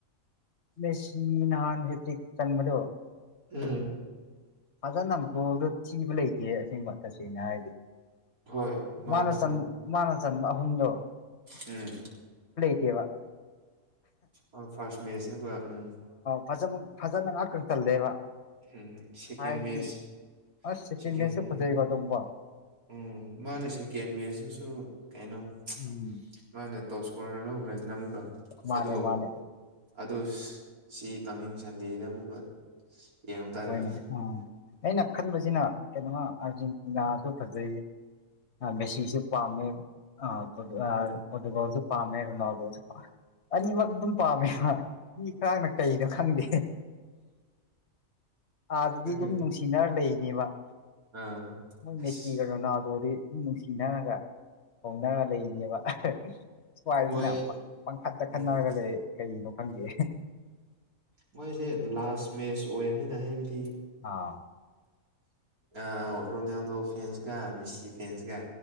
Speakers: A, on the left; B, on the right.
A: ꯃꯦꯁꯤ ꯅꯍꯥꯟ ꯍꯦꯛꯇꯔꯤꯛ ꯆꯟꯕꯗꯣ
B: ꯎꯝ
A: ꯐꯖꯅ ꯒꯣꯜꯗꯣ ꯊꯤꯕ ꯂꯩꯇꯦ ꯑꯁꯦꯡꯕ ꯇꯁꯦꯡꯅ ꯍꯥꯏꯗꯤ
B: ꯍꯣꯏ ꯃꯥꯗꯣ
A: ꯃꯥꯅ ꯆꯟ ꯃꯥꯅ ꯆꯟꯕ ꯑꯍꯨꯝꯗꯣ
B: ꯎꯝ
A: <unintelligible>
B: ꯎꯝ ꯐꯥꯔꯁ ꯃꯦꯠꯆꯇꯨꯒ ꯎꯝ
A: ꯐꯆꯃ ꯐꯖꯅ ꯉꯥꯛꯇꯥ ꯆꯜꯂꯦꯕ
B: ꯎꯝ ꯁꯤꯀꯦꯟ
A: ꯍꯥꯏꯗꯤ
B: ꯃꯦꯁ
A: ꯑꯁ ꯁꯦꯀꯦꯟ
B: ꯁꯤꯀꯦꯟ
A: ꯃꯦꯠꯁꯁꯨ
B: ꯃꯦ
A: ꯐꯖꯩꯀꯣ ꯑꯗꯨꯝꯀꯣ
B: <unintelligible> ꯎꯝ ꯃꯥꯅꯦ ꯁꯦꯀꯦꯟ ꯃꯦꯁꯨꯁꯨ ꯀꯩꯅꯣ
A: ꯎꯝ
B: ꯃꯥꯅ ꯇꯣꯞ ꯏꯁꯀꯣꯔꯔ ꯂꯧ ꯍꯨꯔꯦꯟꯅ ꯑꯃꯨꯛꯀ
A: ꯃꯥꯅꯦ
B: ꯑꯗꯣ
A: ꯃꯥꯅꯦ
B: ꯑꯗꯨꯁ ꯁꯤ ꯀꯃꯤꯡ ꯁꯟꯗꯦꯗ ꯑꯃꯨꯛꯀ ꯌꯦꯡꯕ ꯇꯥꯔꯦ
A: ꯍꯣꯏꯅꯦ ꯑ ꯑꯩꯅ ꯈꯟ ꯕꯁ ꯖꯤꯅ ꯀꯩꯅꯣꯃ ꯑꯥꯔꯖꯦꯟꯇꯤꯅꯥꯁꯨ ꯐꯖꯩ ꯑ ꯃꯦꯁꯤꯁꯨ ꯄꯥꯝꯃꯦ ꯑ ꯄꯣꯔꯇꯨ
B: ꯎꯝ
A: ꯑ ꯄꯣꯠꯇꯨꯒꯜꯁꯨ ꯄꯥꯝꯃꯦ ꯔꯣꯅꯥꯜꯗꯣꯁꯨ ꯄꯥꯃꯦ ꯑꯅꯤꯃꯛ ꯑꯗꯨꯝ ꯄꯥꯝꯃꯦꯕ ꯃꯤ ꯈꯔꯥꯅ ꯀꯩꯅꯣ ꯈꯪꯗꯦ ꯑꯥꯗꯗꯤ
B: ꯅꯪꯒꯤꯗꯤ
A: ꯑꯗꯨꯝ ꯅꯨꯡꯁꯤꯅꯔ ꯂꯩꯅꯦꯕ
B: ꯑꯥ
A: ꯃꯣꯏ
B: ꯑꯁ
A: ꯃꯦꯁꯤꯒ ꯔꯣꯅꯥꯜꯗꯣꯗꯤ ꯗꯨꯝ ꯅꯨꯡꯁꯤꯅꯔꯒ ꯐꯧꯅꯔ ꯂꯩꯔꯤꯅꯦꯕ ꯁꯋꯥꯏꯁꯤꯅꯥ
B: ꯃꯣꯏ
A: ꯄꯪ ꯄꯥꯡꯈꯠꯇ
B: ꯎꯝ
A: ꯈꯠꯅꯔꯒ ꯂꯩ ꯀꯩꯅꯣ ꯈꯪꯗꯦ
B: ꯃꯣꯏꯁꯦ ꯂꯥꯁ ꯃꯦꯁ ꯑꯣꯏꯅꯤꯅ ꯍꯥꯏꯅꯤ
A: ꯑꯥ
B: ꯑ ꯔꯣꯅꯥꯜꯗꯣ ꯐꯦꯟꯁꯒ ꯃꯤꯁꯤ ꯐꯦꯟꯁꯒ